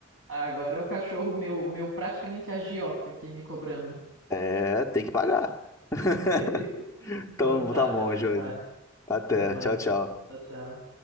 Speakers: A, on the right; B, on the left.
A: Agora é o cachorro meu, meu praticamente agiota aqui me cobrando.
B: É, tem que pagar. <laughs>
A: <laughs>
B: Então
A: Então tá,
B: tá
A: até
B: bom,
A: mais
B: Josi.
A: tarde.
B: Até.
A: Até mais.
B: Tchau, tchau.
A: Tchau, tchau.